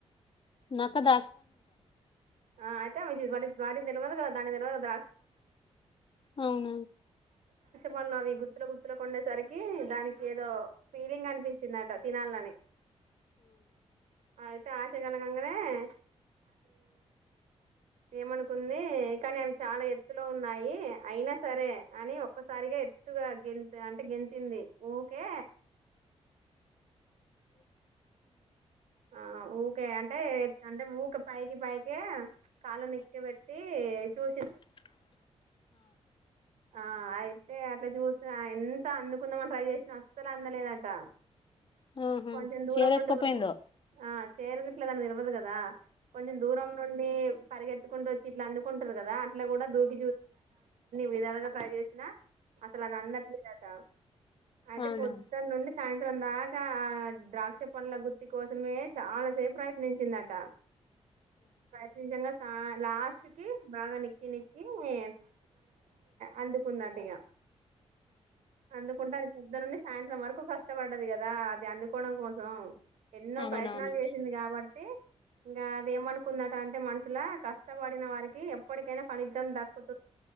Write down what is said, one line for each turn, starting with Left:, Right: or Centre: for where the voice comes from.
Left: నాకు ద్రాక్షపో దని సాాలడి
Right: ఆ అయితే వాటికి తెలియదు కదా దాని తెలిదు ద్రాక్ష పనులు అనేసి
Left: అవును
Right: మొన్న అవి గుత్తుల గుర్తులకు కొండేసరికి దానికి ఏదో ఫీలింగ్ అనిపించిందట తినాలని అయితే ఆశగలగంగనే అది ఏమనుకుంది కానీ అవి చాలా ఎత్తులో ఉన్నాయి అయినా సరే అని ఒక్కసారిగా ఎత్తుగా గెంత్ అంటే గెంతింది ఊకే
Left: ఉ
Right: ఆ ఊకే అంటే అంటే ఊకే పైకి పైకే కాళ్ళు నిక్క్కబెట్టీ చూసిందట
Left: ఆ
Right: ఆ అయితే అట్లా చూస్ ఎంత అందుకుందామని ట్రై చేసినా అస్సలు అందలేదంట
Left: ఆహా
Right: కొంచెం దూరం
Left: చేరేసుకోపోయిందో
Right: నుండి ఉరుకు ఆ చేరుగిట్లదని తెలవదు గదా కొంచెం దూరం నుండి పరిగెత్తుకుంటూ వచ్చి ఇట్లా అందుకుంటారు కదా అట్లా కూడా దూకి చూసిందట ఎన్ని విధాలుగా ట్రై చేసినా అసలు అద అన్నట్లేదట అయితే
Left: అవునా
Right: పొద్దానుండి సాయంత్రం దాకా ఆ ద్రాక్ష పండ్ల గుత్తి కోసమే చాలాసేపు ప్రయత్నించిందట ప్రత్నించంగా సా లాస్ట్ కి బాగా నిక్కి నిక్కీ ద్రాక్ష బాలనే చే అందుకున్నాట్ హేయ అందుకుంటే అ పద్దను నుండి సాయంత్రం వరకు కష్టపడ్డది కదా అది అందుకోవడం కోసం ఎన్నో
Left: అవునవును
Right: ప్రయత్నాలు చేసింది గాబట్ ఇంకా అది ఏమనుకుందట అంటే మనుషుల కష్టపడిన వారికి ఎప్పటికైనా ఫలితం దక్కుతుంది అనేసి